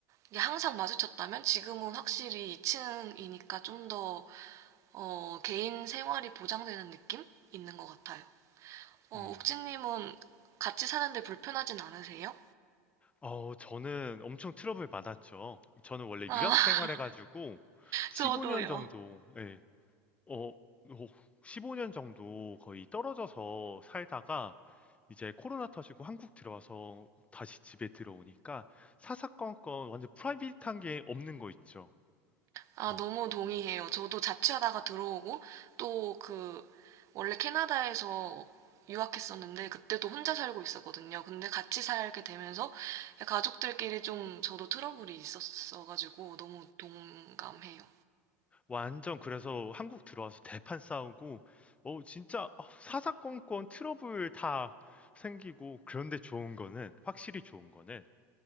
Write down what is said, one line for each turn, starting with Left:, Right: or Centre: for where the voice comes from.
Right: 이게 항상 마주쳤다면 지금은 확실히 2층이니까 좀 더 어, 개인 생활이 보장되는 느낌 있는 것 같아요. 어,
Left: 음.
Right: 욱진님은 같이 사는데 불편하진 않으세요?
Left: 어 저는 엄청 트러블 많았죠. 저는 원래
Right: 아,
Left: 유학 생활해가지고
Right: <laughs>
Left: 15년
Right: 저도요.
Left: 정도, 예, 어, 어, 15년 정도 거의 떨어져서 살다가 이제 코로나 터지고 한국 들어와서 다시 집에 들어오니까 사사건건 완전 프라이빗한 게 없는 거 있죠.
Right: 아,
Left: 어,
Right: 너무 동의해요. 저도 자취하다가 들어오고 또 그 원래 캐나다에서 유학했었는데 그때도 혼자 살고 있었거든요. 근데 같이 살게 되면서 가족들끼리 좀 저도 트러블이 있었어가지고 너무 동감해요.
Left: 완전 그래서 한국 들어와서 대판 싸우고, 어, 진짜 어, 사사건건 트러블 다 생기고, 그런데 좋은 거는, 확실히 좋은 거는